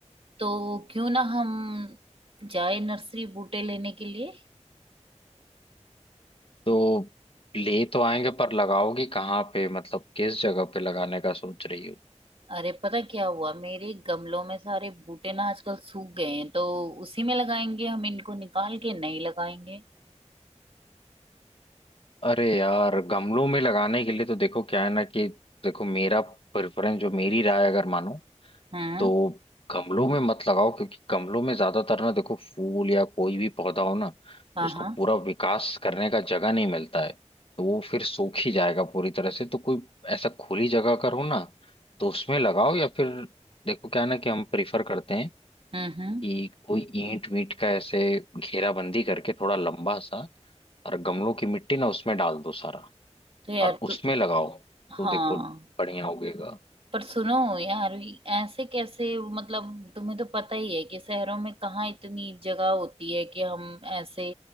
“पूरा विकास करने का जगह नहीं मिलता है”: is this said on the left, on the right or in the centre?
Left